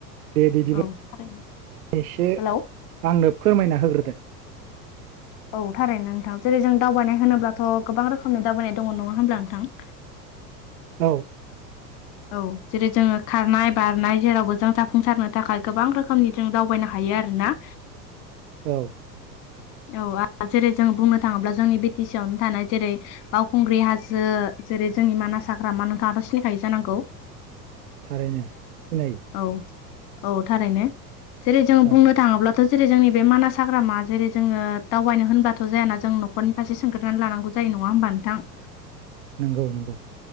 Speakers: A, on the right; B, on the left.
A: दे बिदिब्ला
B: औ थारैनो
A: एसे
B: हेलौ
A: आंनो फोरमायना होग्रोदो।
B: औ थारैनो नोंथां जेरै जों दावबायनाय होनोब्लाथ' गोबां रोखोमनि दावबायनाय दङ नङा होमब्ला नोंथां?
A: औ।
B: औ जेरै जोङो खारनाय बारनाय जेरावबो जों जाफुंसारनो थाखाय गोबां रोखोमनि जों दावबायनो हायो आरोना
A: औ
B: औ जेरै जोंङो बुंनो थाङोब्ला जोंनि बि टि सि आवनो थानाय जेरै बावखुंग्रि हाजो जेरै जोंनि मानास हाग्रामा नोंथाङाथ' सिनायखायो जानांगौ?
A: थारैनो सिनायो
B: औ औ थारैनो जेरै जोङो
A: औ
B: बुंनो थाङोब्ला जेरै जोंनि बे मानास हाग्रामा जेरै जोङो दावबायनो होनबाथ' जायाना जों नखरनि सासे सोंग्रोनानै लानांगौ जायो नङा होमबा नोंथां
A: नंगौ नंगौ